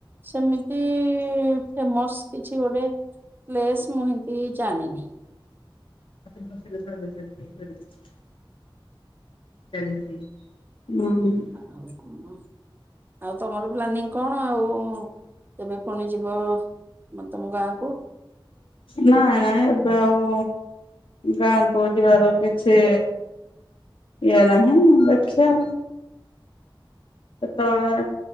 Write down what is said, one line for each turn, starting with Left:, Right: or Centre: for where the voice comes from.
Right: ସେମିତି ଫେମସ୍ କିଛି ଗୋଟେ ପ୍ଲେସ୍ ମୁଁ ଏମତି ଜାଣିନି।
Left: <unintelligible> <unintelligible> ହୁଁ।
Right: ଆଉ କଣ? ଆଉ ତମର ପ୍ଲାନିଂ କଣ? ଆଉ କେବେ ପୁଣି ଯିବ? ତମ ଗାଁକୁ?
Left: ନାଇଁ ନାଇଁ ଏବେ ଆଉ ଗାଁ କୁ ଯିବାର କିଛି ଇଏ ନାହିଁ। ଦେଖିଆ। ସେତେବେଳେ